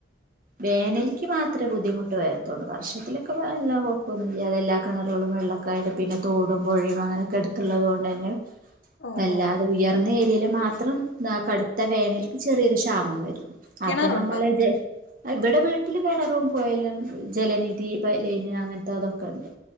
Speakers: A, on the right; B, on the left.
A: വേനല്ക്ക് മാത്രമേ ബുദ്ധിമുട്ട് വരത്തുള്ളൂ വർഷത്തിലൊക്കെ എല്ലാം കുഴപ്പൊന്നില്ലാതെ എല്ലാ കിണറുകളും വെള്ളം ക്കായത് പിന്നെ തോടും പുഴയും അങ്ങനെയൊക്കെ എടുത്തുള്ളത് കൊണ്ടന്നെ
B: ഓ
A: അല്ലാതെ
B: ഓ
A: ഉയർന്ന ഏരിയൽ മാത്രം കടുത്ത വേനൽക്ക് ചെറിയൊരു ക്ഷാമം വരും
B: കിണറുണ്ടോ
A: അപ്പൊ നമ്മള ജെ ഇവിടെ വീട്ടില് കിണറും കോയലും ജലനിധി പലൈന് അങ്ങനത്തെ അതൊക്കെ ഉണ്ട്